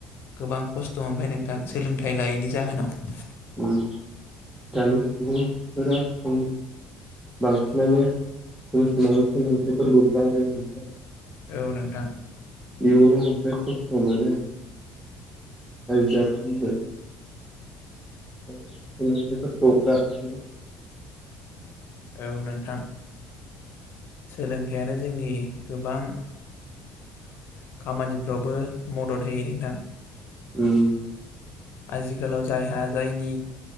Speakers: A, on the left; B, in the centre.
A: गोबां खस्थ' मोनबाय नोंथां सोलोंथाइ लायैनि जाहोन नाव
B: उम दानि सुबुंफोरा <unintelligible> बांसिनानो <unintelligible>
A: औ नोंथां
B: इयुनाव ओयफ्राय खस्थ' मोनो <unintelligible> बिथां <unintelligible> सोलोंथाइफोरखौ गारनानै
A: <inaudible> औ नोंथां सोलोंथायानो जोंनि गोबां खामानिफ्रावबो मदद होयो नोंथां
B: उम
A: आजिखालाव जायहा जायनि